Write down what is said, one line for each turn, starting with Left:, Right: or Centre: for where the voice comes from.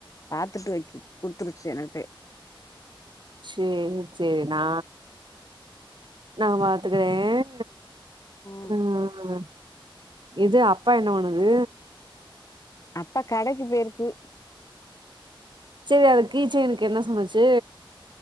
Left: பாத்துட்டு வைக்கு கொடுத்துடுச்சு எனகிட்டே
Right: சரி சரி நா நா பாத்துக்கறேன்
Left: ம்
Right: ஹ்ம்ம் ம் இது அப்பா என்ன பண்ணுது
Left: அப்பா கடைக்கு போயிருக்கு
Right: சரி அது கிச்சைன் கு என்ன சொன்னச்சு